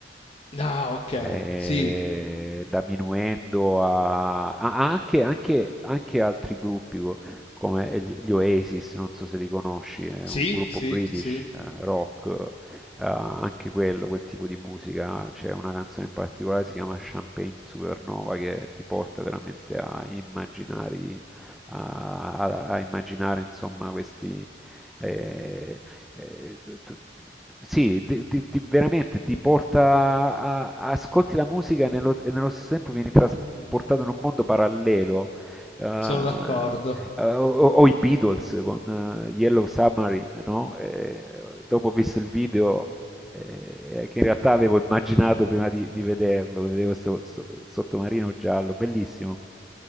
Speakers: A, on the left; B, in the centre.
A: Ah, ok,
B: eh,
A: sì,
B: da Minuendo a, a- anche, anche- anche altri gruppi co- come gli, gli Oasis, non so se li conosci, è
A: sì,
B: un gruppo
A: sì,
B: British
A: sì,
B: eh, rock, eh, anche quello, quel tipo di musica. C'è una canzone in particolare, si chiama Champagne Supernova, che ti porta veramente a immaginare, a, a- a immaginare insomma questi eh, eh, t- t- sì, ti- ti- ti- veramente ti porta a, a- ascolti la musica e nello, e nello stesso tempo vieni trasportato in un mondo parallelo. eh,
A: sono d'accordo,
B: eh, o, o i Beatles con eh, Yellow Submarine, no? Eh, dopo ho visto il video eh, che in realtà avevo immaginato prima di, di vederlo, vedevo questo sottomarino giallo, bellissimo.